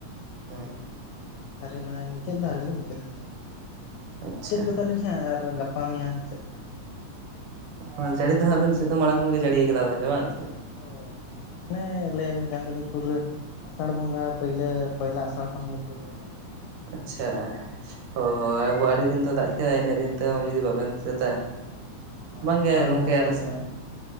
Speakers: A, on the right; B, on the left.
A: <unintelligible>
B: ᱟᱹᱣᱨᱤ ᱢᱟᱱᱮ ᱢᱩᱪᱟᱹᱫ ᱫᱚ ᱟᱹᱣᱨᱤ ᱞᱤᱧ ᱢᱩᱪᱟᱹᱫ ᱦᱟᱛᱟᱱᱛᱟᱲᱟ
A: ᱟᱪᱪᱷᱟ
B: ᱢᱩᱪᱟᱹᱫ ᱜᱚᱫᱟᱞᱤᱧ ᱦᱟᱸᱜ ᱟᱨ ᱜᱟᱯᱟ ᱜᱟᱯᱟ ᱢᱮᱭᱟᱝ ᱥᱮᱫ ᱠᱷᱟᱱ ᱜᱮ ᱱᱷᱟᱜ
A: ᱦᱳᱭ ᱡᱟᱹᱲᱤ ᱫᱚ ᱦᱟᱸᱜ ᱟᱹᱵᱤᱱ ᱥᱮᱫ ᱫᱚ ᱢᱟᱲᱟᱝ ᱠᱷᱚᱱᱜᱮ ᱡᱟᱹᱲᱤᱭᱟᱠᱟᱫᱟ ᱛᱟᱦᱚᱞᱮ ᱵᱟᱝ ᱥᱮ
B: ᱦᱳᱭ ᱢᱟᱱᱮ ᱞᱟᱹᱭᱟᱹᱵᱤᱱ ᱠᱟᱱ ᱫᱚᱞᱤᱧ ᱯᱩᱨᱟᱹ ᱟᱥᱟᱲ ᱵᱚᱸᱜᱟ ᱯᱟᱹᱭᱞᱟᱹ ᱯᱚᱭᱞᱟ ᱟᱥᱟᱲ ᱠᱷᱚᱱᱜᱮ ᱯᱩᱨᱟᱹ ᱮᱦᱚᱵ ᱟᱠᱟᱱᱟ
A: ᱟᱪᱪᱷᱟ ᱦᱳᱭ ᱟᱵᱚ ᱟᱹᱰᱤ ᱫᱤᱱ ᱛᱚ ᱫᱟᱜ ᱠᱮᱫᱟ ᱤᱱᱟᱹᱜ ᱫᱤᱱ ᱛᱮᱦᱚᱸ ᱡᱩᱫᱤ ᱵᱟᱵᱮᱱ ᱥᱟᱹᱛᱟ
B: ᱱᱚᱜᱼᱚᱭ
A: ᱵᱟᱝ
B: ᱟᱥᱟᱲ
A: ᱜᱮ ᱜᱚᱝᱠᱮ
B: ᱵᱚᱸᱜᱟ
A: ᱟᱞᱮ
B: ᱵᱚᱞᱚᱭᱮᱱ
A: ᱥᱮᱫ